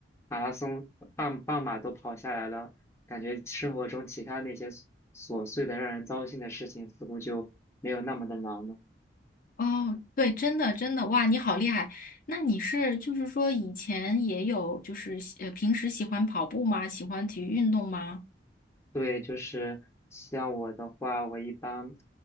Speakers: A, on the left; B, on the left.
A: 马拉松半半马都跑下来了，感觉生活中其他那些琐琐碎的让人糟心的事情似乎就没有那么的难了。
B: 哦，对，真的真的，哇，你好厉害！那你是就是说以前也有就是呃平时喜欢跑步吗？喜欢体育运动吗？
A: 对，就是像我的话，我一般